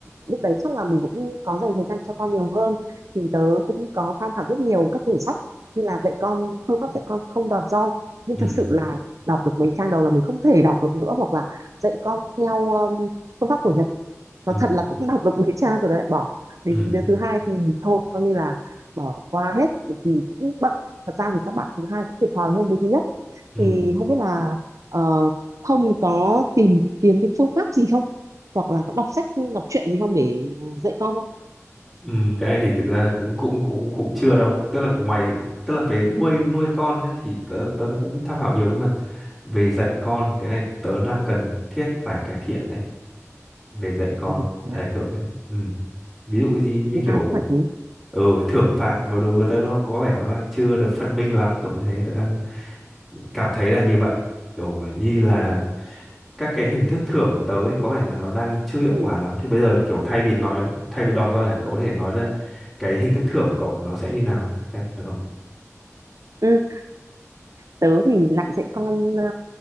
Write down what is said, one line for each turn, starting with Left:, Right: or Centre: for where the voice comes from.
Right: lúc đấy chắc là mình cũng có dành thời gian cho con nhiều hơn thì tớ cũng có tham khảo rất nhiều các quyển sách như là dạy con phương pháp dạy con không đòn roi nhưng
Centre: ừ
Right: thật sự là đọc được mấy trang đầu là mình không thể đọc được nữa hoặc là dạy con theo um, phương pháp của Nhật nó
Centre: ừ
Right: thật là cũng đọc được mấy trang rồi đấy lại bỏ
Centre: ừ
Right: đến cái đứa
Centre: ừ
Right: thứ hai thì thôi coi như là bỏ qua hết bởi vì cũng bận thật ra thì các bạn thứ hai cũng thiệt thòi hơn đứa thứ nhất
Centre: ừ
Right: thì không biết là ờ, Thông thì có tìm kiếm cái phương pháp gì không hoặc là có đọc sách đọc truyện gì không để ờ, dạy con không
Centre: ừ. cái này thì thực ra là cũng cũng cũng cũng chưa đâu tức là ngoài tức là về nuôi nuôi con nhá, thì tớ, tớ cũng tham khảo nhiều nhưng mà về dạy con thì cái này tớ đang cần thiết phải cải thiện đấy về dạy con
Right: ừ, yeah.
Centre: đấy kiểu ừ. ví dụ gì như
Right: thì
Centre: kiểu
Right: ai cũng phải thế
Centre: ừ thưởng phạt vào đối với tớ nó có vẻ nó đang chưa được phân minh lắm kiểu như thế tớ đang cảm thấy là như vậy kiểu như là các cái hình thức thưởng của tớ ấy, có vẻ là nó đang chưa hiệu
Right: ừ.
Centre: quả lắm thì bây giờ kiểu thay vì nói thay vì đòn roi này, cậu có thể nói là cái hình thức thưởng của cậu nó sẽ như nào xem được không
Right: ừ. tớ thì lại dạy con ờ,